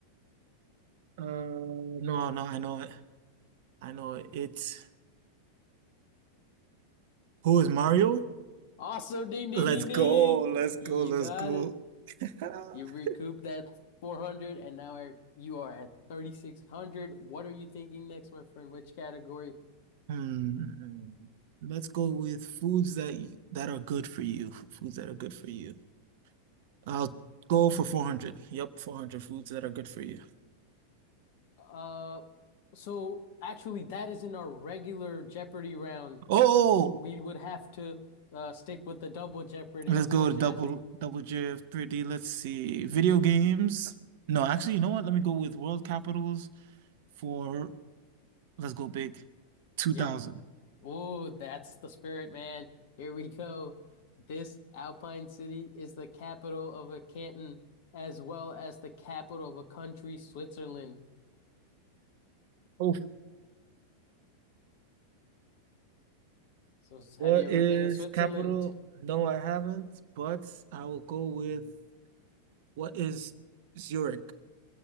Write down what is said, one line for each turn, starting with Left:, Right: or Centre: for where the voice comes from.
Right: Uh, no, no, I know it. I know it. It's who is Mario?
Left: Awesome. Ding, ding,
Right: Let's
Left: ding,
Right: go.
Left: ding.
Right: Let's go.
Left: You
Right: Let's
Left: got
Right: go.
Left: it.
Right: <laughs>
Left: You recouped that 400 and now are, you are at 3,600. What are you thinking next, my friend? Which category?
Right: Hmm. Let's go with foods that y- that are good for you. f- Foods that are good for you. I'll go for 400. Yep, 400 foods that are good for you.
Left: Uh, So actually, that is in our regular Jeopardy round.
Right: Oh,
Left: We would have to uh, stick with the double Jeopardy,
Right: let's
Left: unfortunately.
Right: go to double double J F pretty. Let's see. Video games. No, actually, you know what? Let me go with world capitals for let's go big. 2000.
Left: Yep. Oh, that's the spirit, man. Here we go. This Alpine city is the capital of a canton as well as the capital of a country, Switzerland.
Right: <laughs>
Left: So, s-
Right: What
Left: have you ever
Right: is
Left: been to Switzerland?
Right: capital? No, I haven't, but I will go with what is Zurich?